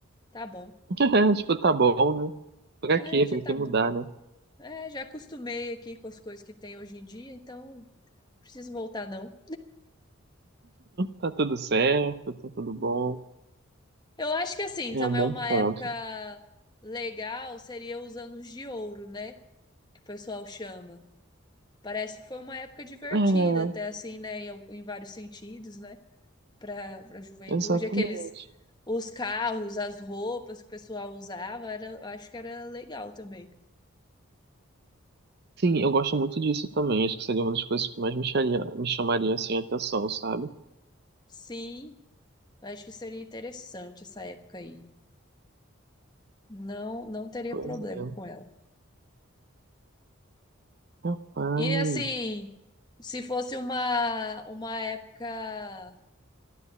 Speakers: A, on the left; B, on the right.
A: Tá bom.
B: <laughs> tipo, tá bom, né? Pra
A: É,
B: quê?
A: já
B: Pra
A: tá
B: que mudar,
A: bom.
B: né?
A: É, já acostumei aqui com as coisas que tem hoje em dia, então Preciso voltar, não.
B: Tá tudo certo, tá tudo bom.
A: Eu acho que assim,
B: É
A: também
B: um bom
A: uma
B: ponto.
A: época legal seria os anos de ouro, né? Que o pessoal chama. Parece que foi uma época divertida,
B: É,
A: até assim, né? Em, al- em vários sentidos, né? Para a juventude.
B: exatamente.
A: Aqueles, os carros, as roupas que o pessoal usava, era, eu acho que era legal também.
B: Sim, eu gosto muito disso também. Acho que seria uma das coisas que mais me chamaria, me chamaria assim a atenção, sabe?
A: Sim, eu acho que seria interessante essa época aí. Não, não teria
B: Pois
A: problema
B: é.
A: com ela.
B: Rapaz.
A: E assim, se fosse uma, uma época